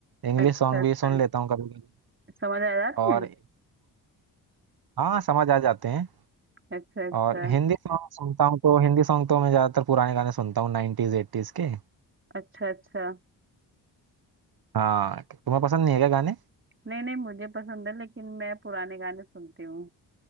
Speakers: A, on the right; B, on the right.
A: इंग्लिश
B: अच्छा
A: सॉन्ग
B: अच्छा
A: भी सुन लेता हूँ कभी कभी
B: समझ आ जाते
A: और
B: हैं
A: हाँ समझ आ जाते हैं
B: अच्छा अच्छा
A: और हिंदी सॉन्ग सुनता हूँ तो हिंदी सॉन्ग तो मैं ज्यादातर पुराने गाने सुनता हूँ नाइनटीज एट्टीज के
B: अच्छा अच्छा
A: हाँ तुम्हें पसंद नहीं है क्या गाने
B: नहीं नहीं मुझे पसंद है लेकिन मैं पुराने गाने सुनती हूँ